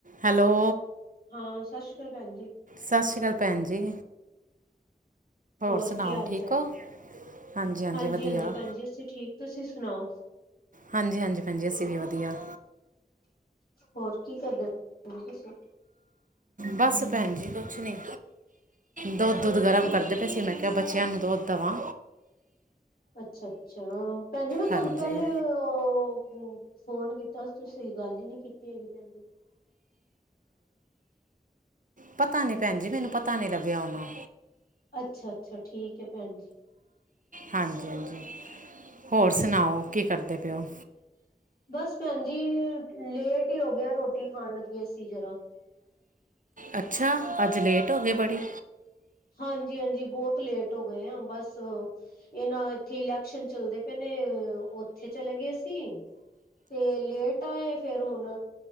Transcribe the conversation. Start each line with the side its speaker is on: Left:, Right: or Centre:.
Right: Hello,
Left: ਹਾਂ, ਸਾਸਰੀ ਕਾਲ ਭੈਣ ਜੀ।
Right: ਸਾਸਰੀ ਕਾਲ ਭੈਣ ਜੀ।
Left: ਹੋਰ
Right: ਸੁਣਾਓ
Left: ਕੀ ਹਾਲ
Right: ਠੀਕ
Left: ਚਾਲ
Right: ਹੋ?
Left: ਏ?
Right: ਹਾਂਜੀ ਹਾਂਜੀ
Left: ਹਾਂਜੀ-ਹਾਂਜੀ
Right: ਵਧੀਆ
Left: ਭੈਣ ਜੀ ਅਸੀਂ ਠੀਕ ਤੁਸੀਂ ਸੁਣਾਓ?
Right: ਹਾਂਜੀ-ਹਾਂਜੀ ਭੈਣਜੀ ਅਸੀਂ ਵੀ ਵਧੀਆ।
Left: ਹੋਰ ਕੀ ਕਰਦੇ ਭੈਣ ਜੀ ਤੁਸੀਂ?
Right: ਬਸ ਭੈਣ ਜੀ ਕੁਛ ਨੀ, ਦੋਧ-ਦੁੱਧ
Left: ਅੱਛਾ
Right: ਗਰਮ ਕਰਦੇ
Left: ਅੱਛਾ
Right: ਪਏ ਸੀ ਮੈਂ ਕਿ ਬੱਚਿਆਂ ਨੂੰ ਦੁੱਧ ਦਵਾਂ।
Left: ਅੱਛਾ-ਅੱਛਾ ਅ ਭੈਣ ਜੀ ਮੈਂ ਤੁਆਨੂੰ
Right: ਹਾਂਜੀ
Left: ਪੈਲੇ ਓ ਓ ਫੋਨ ਕੀਤਾ, ਤੁਸੀਂ ਗੱਲ ਈ ਨੀ ਕੀਤੀ ਹੈਗੀ, ਭੈਣ ਜੀ।
Right: ਪਤਾ ਨੀ ਭੈਣ ਜੀ, ਮੈਨੂੰ ਪਤਾ ਨੀ ਲੱਗਿਆ ਹੋਨਾ।
Left: ਅੱਛਾ, ਅੱਛਾ ਠੀਕ ਏ ਭੈਣਜੀ।
Right: ਹਾਂਜੀ, ਹਾਂਜੀ ਹੋਰ ਸੁਨਾਓ, ਕੀ ਕਰਦੇ ਪੇਓ?
Left: ਬੱਸ ਭੈਣ ਜੀ ਲੇਟ ਈ ਹੋ ਗਿਐ, ਰੋਟੀ ਖਾਨ ਲੱਗੇ ਸੀ ਜਰਾ
Right: ਅੱਛਾ, ਅੱਜ ਲੇਟ ਹੋਗੇ ਬੜੀ।
Left: ਹਾਂਜੀ, ਹਾਂਜੀ ਬੋਤ ਲੇਟ ਹੋਗੇਆਂ ਬੱਸ ਏ ਨਾ ਇੱਥੇ ਇਲੈਕਸ਼ਨ ਚੱਲਦੇ ਪਏ ਨੇ, ਓਥੇ ਚਲੇ ਗਏ ਸੀ ਤੇ ਲੇਟ ਆਏ, ਫੇਰ ਹੁਨ